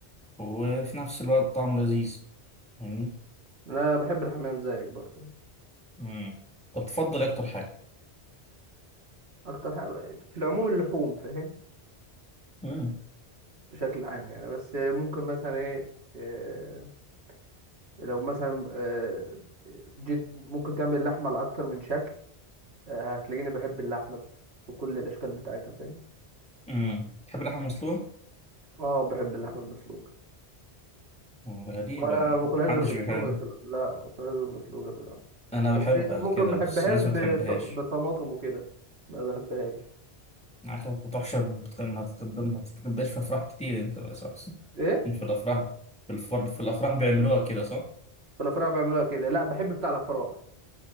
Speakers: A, in the centre; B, on the right.
A: وفي نفس الوقت طعمه لذيذ فاهمني
B: انا بحب الحمام زيك برضه
A: امم طب تفضل إيه اكتر حاجه
B: اكتر حاجه في العموم اللحوم فاهم
A: امم
B: بشكل عام يعني بس ممكن مثلا ايه آه، لو مثلا آه، جيت ممكن تعمل لحمة على أكتر من شكل آه، هتلاقيني بحب اللحمة في كل الأشكال بتاعتها فاهم
A: امم تحب اللحمه المسلوقه
B: اه باكل. بحب اللحمة المسلوقة
A: آه، غريبه
B: وأنا ما باكلهاش
A: محدش
B: غير مسلوقة
A: بيحب
B: في الأول لا ما باكلهاش غير مسلوقة في الأول
A: انا
B: بس
A: بحبها
B: ممكن
A: كده
B: ما
A: بس
B: بحبهاش
A: الناس
B: بط...
A: ما بتحبهاش
B: بطماطم وكده ما بحبهاش
A: عارف ما بتروحش ما بتخ- ما بتخ- ما بتتغداش في افراح كتير انت بالاساس
B: ايه
A: في الافراح في الفر... في الافراح بيعملوها كده صح
B: في الأفراح بيعملوها كده لا بحب بتاع الأفراح